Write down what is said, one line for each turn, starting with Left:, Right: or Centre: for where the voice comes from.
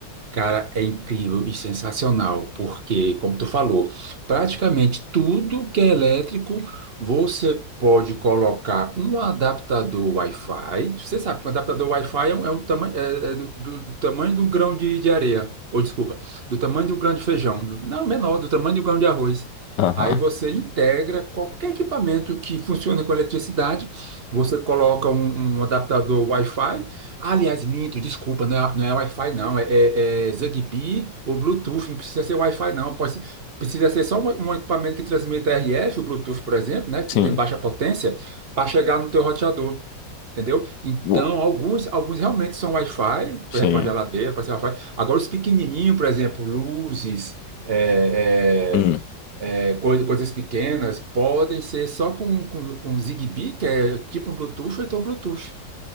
Right: Cara, é incrível e sensacional, porque, como tu falou, praticamente tudo que é elétrico, você pode colocar um adaptador Wi-Fi. Você sabe que um adaptador Wi-Fi é, um, é um tamanho, é- é do, do- do tamanho de um grão de, de areia, ou desculpa, do tamanho de um grão de feijão, do- não, menor, do tamanho de um grão de arroz.
Left: Aham,
Right: Aí você integra qualquer equipamento que funciona com eletricidade você coloca um, um adaptador Wi-Fi. Ah, aliás, minto, desculpa, não é, não é Wi-Fi, não. É, é, é Zigbee ou Bluetooth. Não precisa ser Wi-Fi, não. Pode, ser- precisa ser só um, um equipamento que transmita RF, o Bluetooth, por exemplo, né, que
Left: Sim.
Right: tem baixa potência, para chegar no teu roteador. Entendeu? Então,
Left: Uou,
Right: alguns, alguns realmente são Wi-Fi,
Left: Sim.
Right: por exemplo, a geladeira, pode ser Wi-Fi. Agora, os pequenininhos, por exemplo, luzes, é,
Left: Hum.
Right: é, é, coisa- coisas pequenas podem ser só com, com, com Zigbee, que é tipo um Bluetooth, ou então Bluetooth.